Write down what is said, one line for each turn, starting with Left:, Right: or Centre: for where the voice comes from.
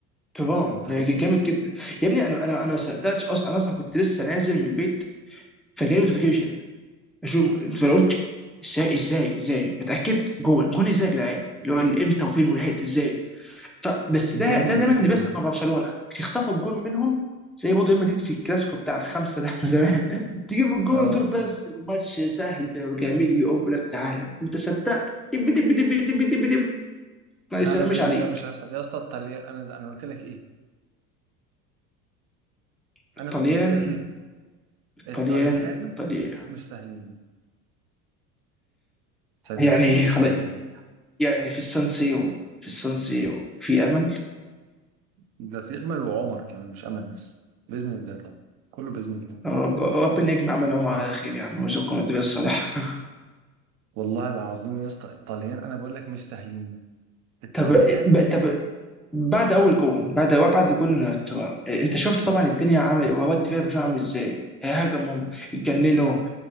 Centre: تمام
Right: انت متخيل
Centre: جامد جدا يا ابني انا انا انا ما صدقتش اصلا انا اصلا كنت لسه نازل من البيت فجاي نوتيفيكيشن اشوف فانا قلت ازاي ازاي ازاي بتاكد جون جون ازاي يا جدعان اللي هو امتى وفين ولحقت ازاي ف بس
Right: جامد
Centre: ده ده دايما
Right: جدا
Centre: اللي بيحصل مع برشلونه بيخطفوا الجول منهم زي برضه ريال مدريد في الكلاسيكو بتاع الخمسه ده من زمان <laughs> تجيب الجول
Right: اه
Centre: وتقول بس الماتش سهل وجميل يقب لك تعالى انت صدقت دب دب دب دب دب دب ما
Right: لا
Centre: يسميش
Right: لا باذن
Centre: عليك
Right: الله مش هيحصل يا اسطى الطليان انا انا قلت لك ايه انا
Centre: الطليان
Right: كنت قلت لك ايه
Centre: الطليان
Right: الطليان
Centre: الطليان
Right: مش سهلين صدقني
Centre: يعني
Right: مش
Centre: خلاص
Right: سهلين
Centre: يعني في السان سيرو في السان سيرو في امل
Right: ده في امل وعمر كمان مش امل بس باذن الله طبعا كله باذن الله
Centre: رب- ربنا يجمع عملهم على خير يا عم ويرزقهم التوفيق الصالح
Right: والله العظيم يا اسطى الطليان انا بقول لك مش سهلين
Centre: <laughs>
Right: الطليان
Centre: طب طب بعد اول جون بعد بعد جون ترام انت شفت طبعا الدنيا عامل واد فيلا برشلونه عامل ازاي هاجموا اتجننوا